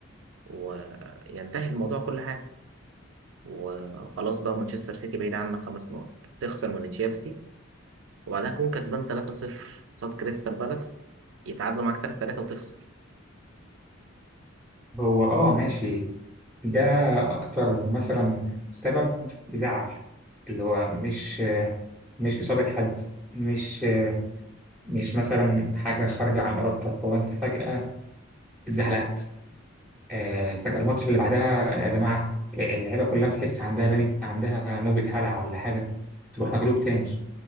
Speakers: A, on the right; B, in the centre.
A: وينتهي الموضوع كل حاجة وخلاص بقى مانشستر سيتي بعيد عنك خمس نقط تخسر من تشيلسي وبعدها تكون كسبان 3-0 قصاد كريستال بالاس يتعادلوا معاك 3-3 وتخسر
B: هو اه ماشي ده أكتر مثلا سبب يزعل اللي هو مش مش إصابة حد مش مش مثلا حاجة خارجة عن إرادتك هو أنت فجأة اتزحلقت آه، فجأة الماتش اللي بعدها يا جماعة آه، اللعيبة كلها بتحس عندها بانيك عندها نوبة هلع ولا حاجة تروح مغلوب تاني